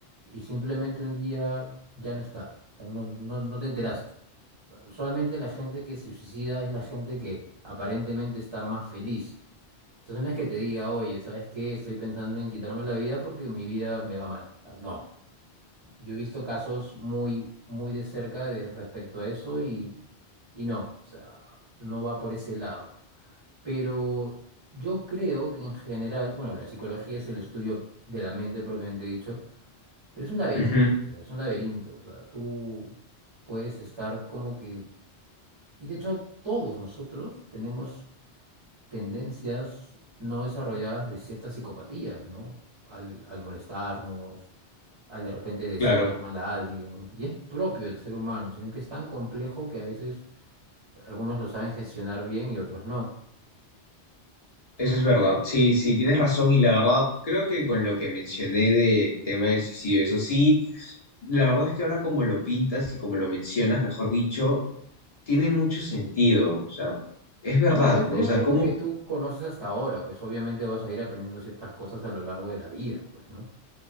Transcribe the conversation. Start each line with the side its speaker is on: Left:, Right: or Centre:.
Right: y simplemente un día ya no está, o sea, no, no, no te enteraste. Usualmente la gente que se suicida es la gente que aparentemente está más feliz. Entonces no es que te diga, oye, ¿sabes qué? Estoy pensando en quitarme la vida porque mi vida me va mal. O sea, No, yo he visto casos muy, muy de cerca de, respecto a eso y, y no, o sea, no va por ese lado. Pero yo creo que en general, bueno, la psicología es el estudio de la mente propiamente dicho, pero es un laberinto,
Left: Ujú,
Right: o sea, es un laberinto, o sea, tú puedes estar como que, y de hecho todos nosotros tenemos tendencias no desarrolladas de ciertas psicopatías, ¿no? Al, al molestarnos, al de repente desear
Left: claro.
Right: mal a alguien, y es propio del ser humano, sino que es tan complejo que a veces algunos lo saben gestionar bien y otros no.
Left: Eso es verdad, sí, sí, tienes razón y la verdad creo que con lo que mencioné del tema del suicidio, eso sí, la verdad es que ahora como lo pintas y como lo mencionas, mejor dicho, tiene mucho sentido, o sea, es verdad,
Right: No, es,
Left: ¿no?
Right: es,
Left: O sea,
Right: es
Left: como,
Right: lo que tú conoces hasta ahora, pues obviamente vas a ir aprendiendo ciertas cosas a lo largo de la vida, pues, ¿no?